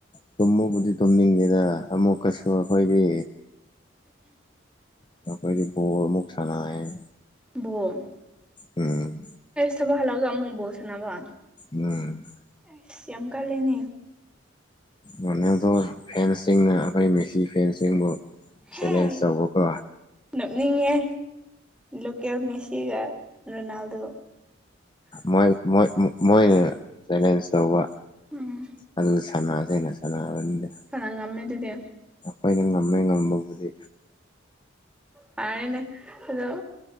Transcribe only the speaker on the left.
ꯇꯨꯝꯃꯨꯕꯨꯗꯤ ꯇꯨꯝꯅꯤꯡꯗꯦꯗ ꯑꯃꯨꯛꯀꯁꯨ ꯑꯩꯈꯣꯏꯗꯤ ꯑꯩꯈꯣꯏꯗꯤ ꯕꯣꯜ ꯃꯨꯛ ꯁꯅꯩꯌꯦꯅꯦ
ꯎꯝ
ꯎꯝ
ꯔꯣꯅꯥꯜꯗꯣ ꯐꯦꯟꯁꯤꯡꯅ ꯑꯩꯈꯣꯏ ꯃꯦꯁꯤ ꯐꯦꯟꯁꯤꯡꯕꯨ
ꯆꯦꯂꯦꯟꯖ ꯇꯧꯕꯀꯣ
ꯃꯣꯏ ꯃꯣꯏꯅ ꯆꯦꯂꯦꯟꯖ ꯇꯧꯕ
ꯑꯗꯨꯒ ꯁꯅꯥꯁꯦꯅ ꯁꯅꯕꯅꯤꯗ
ꯑꯩꯈꯣꯏꯗꯤ ꯉꯝꯃꯦ ꯉꯝꯕꯕꯨꯗꯤ